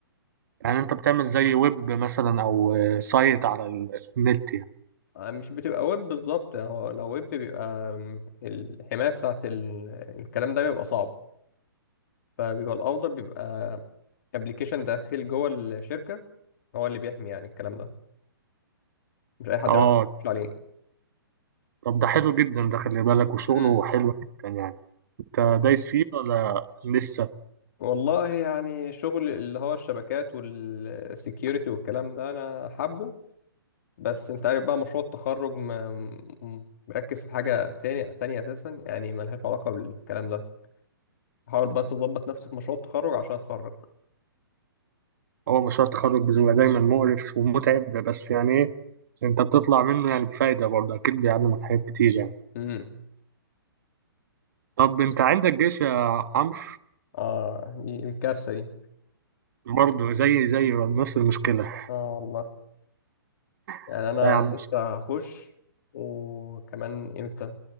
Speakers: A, on the right; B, on the left.
A: يعني انت بتعمل زي ويب مثلا او سايت على النت يعني
B: آه، مش بتبقى ويب بالظبط هو لو ويب بيبقى آم، الحماية بتاعت ال- الكلام ده بيبقى صعب فبيبقى الأفضل بيبقى ابلكيشن داخل جوه الشركة هو اللي بيحمي يعني الكلام ده مش أي حد
A: اه
B: بيعرف يخش عليه
A: طب ده حلو جدا ده خلي بالك وشغله
B: امم
A: حلو جدا يعني انت
B: آه.
A: دايس فيه ولا لسه
B: والله يعني شغل اللي هو الشبكات والسكيورتي والكلام ده أنا حابه بس أنت عارف بقى مشروع التخرج ما- م- مركز في حاجة تاني تانية أساسا يعني ملهاش علاقة بالكلام ده بحاول بس أظبط نفسي في مشروع التخرج عشان أتخرج
A: هو مشروع التخرج بيبقى دايما مقرف ومتعب بس يعني ايه انت بتطلع منه يعني بفايدة برضه اكيد بيعلمك حاجات كتير يعني
B: مم.
A: طب انت عندك جيش يا عمرو
B: اه دي- الكارثة دي
A: برضه زي زي نفس المشكلة
B: اه والله يعني
A: <laughs>
B: انا
A: لا يا عم
B: لسه هخش وكمان امتى